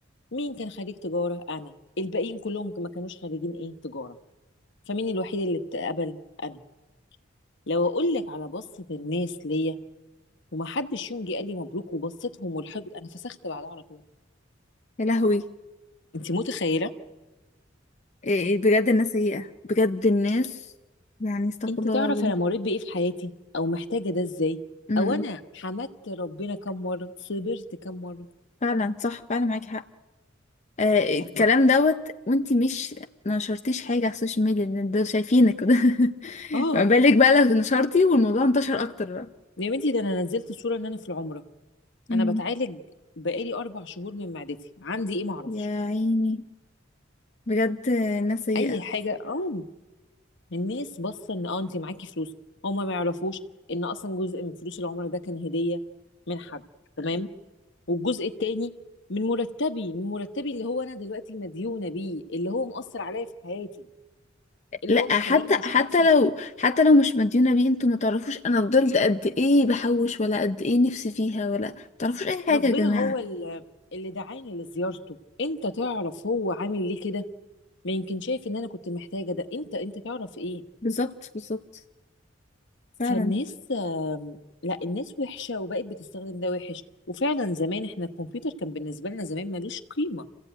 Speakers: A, on the left; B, on the left.
A: مين كان خريج تجارة انا الباقيين كلهم ما كانوش خريجين ايه تجارة فمين الوحيد اللي اتقبل انا لو اقول لك على بصة الناس ليا ومحدش يوم جه قال لي مبروك وبصتهم والحقد انا فسخت بعدها على طول
B: يا لهوي
A: انت متخيلة
B: إيه بجد الناس سيئه بجد الناس يعني استغفر
A: انت
B: الله
A: تعرف
B: العظيم
A: انا مريت بايه في حياتي او محتاجة ده ازاي
B: امم
A: او انا حمدت ربنا كم مرة صبرت كم مرة
B: فعلا صح فعلا معاكي حق آه، الكلام
A: فاهمة
B: دوت وانتي مش نشرتيش حاجه على السوشيال ميديا إن دول شايفينك <laughs> كده
A: اه
B: ما بالك بقى لو نشرتي والموضوع انتشر اكتر بقى
A: يا بنتي ده انا نزلت صورة ان انا في العمرة
B: امم
A: انا بتعالج بقالي اربع شهور من معدتي عندي ايه معرفش
B: يا عيني بجد الناس سيئه
A: اي حاجة اه الناس باصة ان اه انت معاكي فلوس هما ما يعرفوش ان اصلا جزء من فلوس العمرة ده كان هدية من حد تمام والجزء التاني من مرتبي من مرتبي اللي هو انا دلوقتي مديونه بيه اللي هو مؤثر عليا في حياتي اللي
B: لا
A: هو مخليني
B: حتى
A: مش
B: حتى
A: عارفه
B: لو حتى لو مش مديونة بيه انتوا ما تعرفوش انا فضلت قد ايه بحوش ولا قد ايه نفسي فيها ولا ما تعرفوش اي حاجة
A: ربنا
B: يا جماعة
A: هو ال- اللي دعاني لزيارته انت تعرف هو عامل ليه كده ما يمكن شايف ان انا كنت محتاجه ده انت انت تعرف ايه
B: بالظبط بالظبط فعلا
A: فالناس آم، لا الناس وحشه وبقت بتستخدم ده وحش وفعلا زمان احنا الكمبيوتر كان بالنسبه لنا زمان ملوش قيمه